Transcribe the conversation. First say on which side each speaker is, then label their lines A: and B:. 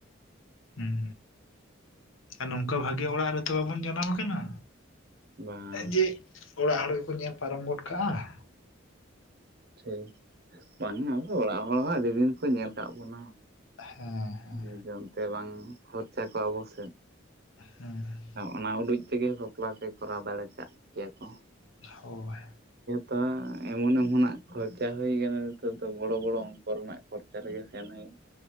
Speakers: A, on the left; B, on the right.
A: ᱦᱮᱸ ᱟᱨ ᱱᱚᱝᱠᱟ ᱵᱷᱟᱜᱮ ᱚᱲᱟᱜ ᱨᱮᱛᱚ ᱵᱟᱵᱚᱱ ᱡᱟᱱᱟᱢ ᱠᱟᱱᱟ᱾
B: ᱵᱟᱝ
A: ᱡᱮ ᱚᱲᱟᱜ ᱦᱚᱲ ᱜᱮᱠᱚ ᱧᱮᱞ ᱯᱟᱨᱚᱢ ᱜᱚᱫ ᱠᱟᱜ-ᱟ᱾
B: ᱴᱷᱤᱠ ᱵᱟᱝ ᱟᱫᱚ ᱚᱲᱟᱜ ᱦᱚᱲ ᱦᱚᱸ ᱟᱹᱰᱤ ᱫᱤᱱ ᱠᱚ ᱧᱮᱞ ᱠᱟᱜ ᱵᱚᱱᱟ
A: ᱦᱮᱸ ᱦᱮᱸ
B: <unintelligible> ᱵᱟᱝ ᱠᱷᱚᱨᱪᱟ ᱠᱚ ᱟᱵᱚ ᱥᱮᱫ
A: ᱦᱩᱸ
B: ᱚᱱᱟ ᱩᱰᱩᱡ ᱛᱮᱜᱮ ᱵᱟᱯᱞᱟ ᱛᱮ ᱠᱚᱨᱟᱣ ᱫᱟᱲᱮ ᱠᱟᱜ ᱜᱮᱭᱟ ᱠᱚ᱾
A: ᱦᱳᱭ
B: ᱛᱚ ᱮᱢᱚᱱ-ᱚᱱᱟᱜ ᱠᱷᱚᱨᱪᱟ ᱦᱩᱭ ᱠᱟᱱᱟ ᱱᱤᱛᱚᱜ ᱫᱚ ᱵᱚᱲᱚ ᱵᱚᱲᱚ ᱚᱝᱠᱚ ᱨᱮᱱᱟᱜ ᱠᱷᱚᱨᱪᱟ ᱨᱮᱜᱮ ᱥᱮᱱ ᱦᱩᱭ